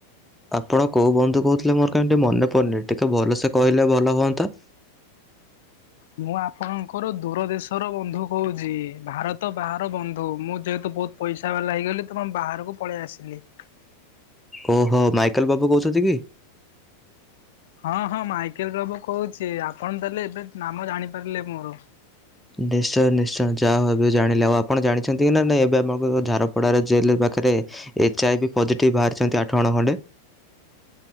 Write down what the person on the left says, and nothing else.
ମୁଁ ଆପଣଙ୍କର ଦୂର ଦେଶର ବନ୍ଧୁ କହୁଛି ଭାରତ ବାହାର ବନ୍ଧୁ ମୁଁ ଯେହେତୁ ବହୁତ ପଇସା ବାଲା ହେଇଗଲି ତମ ବାହାରକୁ ପଳେଇ ଆସିଲି।
ହଁ ହଁ ମାଇକେଲ ବାବୁ କହୁଛି ଆପଣ ତାହେଲେ ଏବେ ନାମ ଜାଣିପାରିଲେ ମୋର।